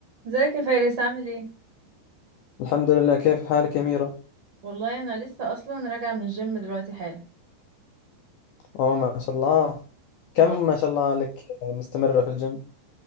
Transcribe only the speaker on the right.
ازيك يا فارس عامل ايه
والله انا لسه اصلا راجعه من الجيم دلوقتي حالا
اه